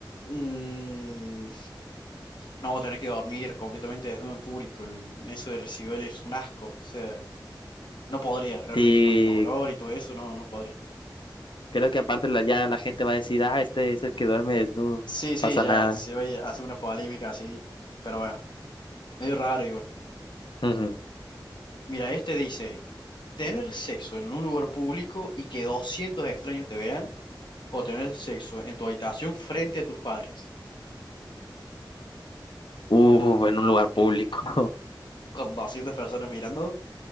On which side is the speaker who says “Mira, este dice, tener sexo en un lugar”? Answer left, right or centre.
Left